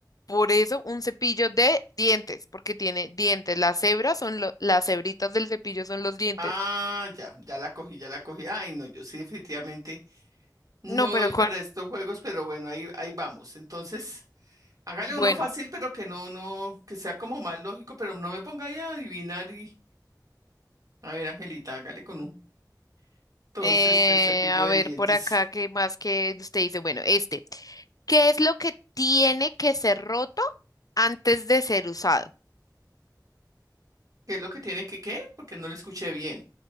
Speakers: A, on the left; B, on the right.
A: Por eso, un cepillo de dientes, porque tiene dientes. Las hebras son lo- las hebritas del cepillo son los dientes.
B: Ah, ya, ya la cogí, ya la cogí. Ay, no, yo sí definitivamente no
A: No, pero
B: doy para
A: con,
B: estos juegos, pero bueno, ahí, ahí vamos. Entonces, hágale
A: bueno,
B: uno fácil, pero que no, no, que sea como más lógico, pero no me ponga ahí a adivinar y, a ver, Angelita, hágale con un. Entonces,
A: eh,
B: el cepillo
A: a
B: de
A: ver
B: dientes.
A: por acá, ¿qué más que usted dice? Bueno, este, ¿qué es lo que tiene que ser roto antes de ser usado?
B: ¿Qué es lo que tiene que qué? Porque no lo escuché bien.